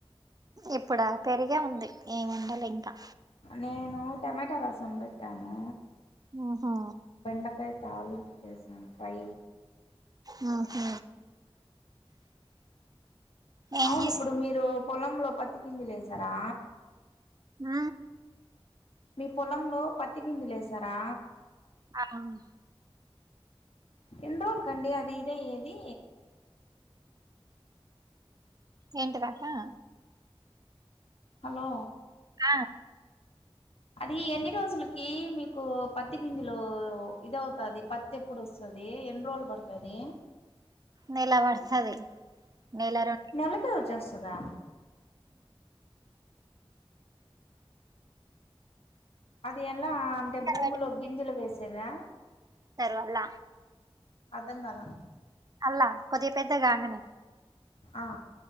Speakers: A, on the right (about 40°); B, on the left (about 80°).
A: ఇప్పుడా పెరిగే ఉంది ఏం వండలే ఇంకా
B: నేను టమాటా రసం పెట్టాను
A: ఉహు
B: బెండకాయ తాలింపు చేశాను ఫ్రై
A: ఆహ ఏం
B: అవును
A: చేస్
B: ఇప్పుడు మీరు పొలంలో పత్తి గింజలు వేశారా
A: ఉ
B: మీ పొలంలో పత్తిగింజలు లేసారా
A: అవును
B: ఎన్ని రోజులకండి అది ఇదయ్యేది
A: ఏంటిదక్కా
B: హలో
A: ఆ
B: అది ఎన్ని రోజులకి మీకు పత్తి గింజలు ఇదవుతాది పత్ ఎప్పుడు వస్తుంది ఎన్ని రోజులు పడుతుంది
A: నెలపడుతుది నెల రెం
B: నెలకే వచ్చేస్తుందా అది ఎలా అంటే
A: నెల
B: భూమిలో గింజలు వేసేదా
A: తర్వల్ల
B: అర్థం కాలే
A: అల్లా కొద్దిగా పెద్దగాంగనే
B: ఆ